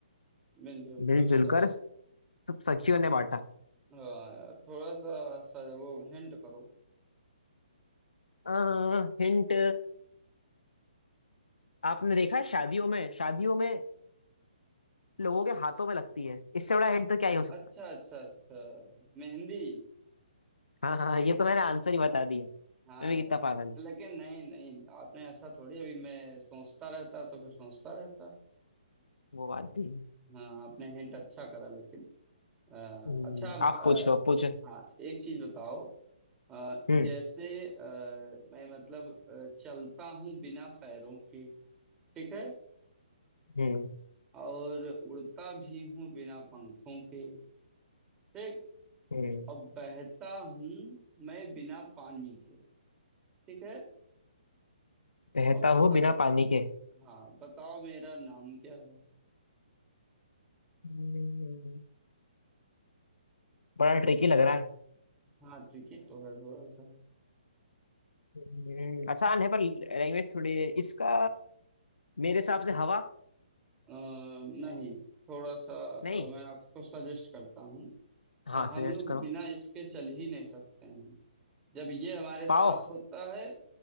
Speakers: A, on the right; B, on the left.
A: मिलजुल
B: मिलजुल
A: कर सब
B: कर सब सखियों ने बांटा
A: हाँ यार थोड़ा सा सर वो हिंट करो
B: हिंट आपने देखा है शादियों में शादियों में लोगों के हाथों में लगती है इससे बड़ा हिंट तो क्या ही हो सकता
A: अच्छा
B: है
A: अच्छा अच्छा मेहंदी
B: हाँ हाँ ये तो मैंने आंसर ही बता दिया मैं
A: हाँ
B: भी
A: यार
B: कितना पागल हूँ
A: लेकिन नहीं नहीं आपने ऐसा थोड़ी अभी मैं सोचता रहता तो फिर सोचता रहता
B: वो बात भी है
A: हाँ आपने हिंट अच्छा करा लेकिन अ,
B: हम्म,
A: अच्छा अ,
B: आप पूछो आप पूछो
A: हाँ एक चीज बताओ अ,
B: हम्म
A: जैसे अ, मैं मतलब अ, चलता हूँ बिना पैरों के ठीक है
B: हम्म
A: और उड़ता भी हूँ बिना पंखों के ठीक
B: हम्म
A: अब बहता हूँ मैं बिना पानी के ठीक है
B: बहता
A: अब बता
B: हूँ बिना पानी के
A: हाँ बताओ मेरा नाम क्या है
B: हम्म, बड़ा ट्रिकी लग रहा है
A: हाँ ट्रिकी तो है थोड़ा सा
B: हम्म, आसान है पर लैंग्वेज थोड़ी है इसका मेरे हिसाब से हवा
A: अ, नहीं थोड़ा सा अ,
B: नहीं
A: मैं आपको सजेस्ट करता हूँ
B: हाँ
A: अ, हम
B: सजेस्ट
A: लोग
B: करो
A: बिना इसके चल ही नहीं सकते हैं जब ये हमारे साथ
B: पाँव
A: होता है